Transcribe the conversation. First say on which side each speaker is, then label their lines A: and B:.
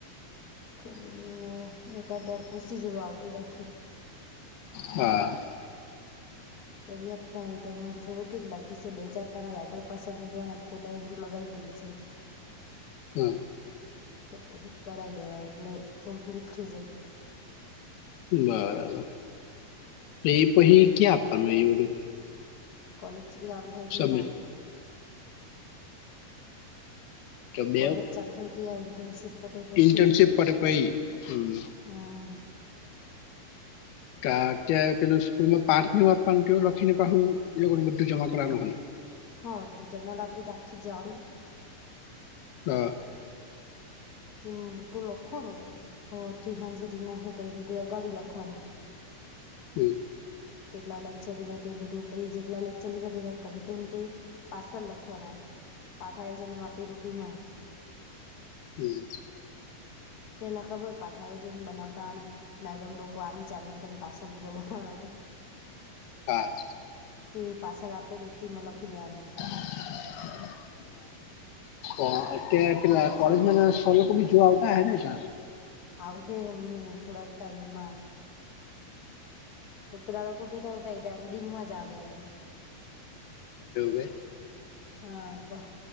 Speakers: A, on the left; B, on the left.
A: ખબર નહી હવે એકાદા પૂસી જવા આવતી દાખીન
B: હા.
A: કરી આપતા હોય. તમારું થોડું ક જ બાકી છે બે ચાર પાના આગળ પાછળ મકવાના ફોટા એ બધું લગાય ગેલું છે.
B: હમ.
A: તો પછી કરાઈ દેવા એટલે કમ્પ્લીટ થઈ જાય.
B: બરાબર. એ પછી
A: હજુ
B: ક્યા આપવાનું એ બધું?
A: કોલેજ જાલુ થાઈ
B: સબમિટ
A: રિયા
B: તો બે
A: કોલેજ ચાલુ થઈ ત્યાં ઇન્ટર્નશીપ પટે પછી
B: ઇન્ટર્નશીપ પર પઈ હમ
A: હા
B: કા ક્યાં પેલુ સ્કુલ નું પાઠ ને એવું આપવાનું તેઉ લખીને પાહું એ લોકોનું બધું જમા કરવાનું અહેને?
A: હા તો જનલ આપી આખી જાળી
B: હા.
A: ઈમાં બધું લખવાનું વરી, હવાર થી હાંજ સુધી માં હુ કર્યું તે અગાડી લખવાનું.
B: હમ.
A: કેટલા લેક્ચર લીધા બધું પહિ કેટલા લેક્ચર લીધા તે કન્ટેન્ટ પાસલ લખવાના પાઠાયજન અને માપી રૂટીમાં
B: હમ.
A: પેલા ખબર પાઠાયજન બનાવતા અને મેડમ લોકો આ ની ચાલે ઈન કરી પાછો બીજો બનાવડાવતા.
B: હા.
A: તેવું પાછળ આપેલું તેમાં લખી દેવાનું.
B: <inaudible> કોતે પેલા કોલેજ ના સર લોકો બી જોવા આવતા અહે ને તા.
A: આવ હે અમે થોડાક ટાઈમમાં. તો પેલા લોકો કેતા ઉતા એન્ડિંગ માં જ આવે એમ.
B: એવુ એ.
A: હા ફ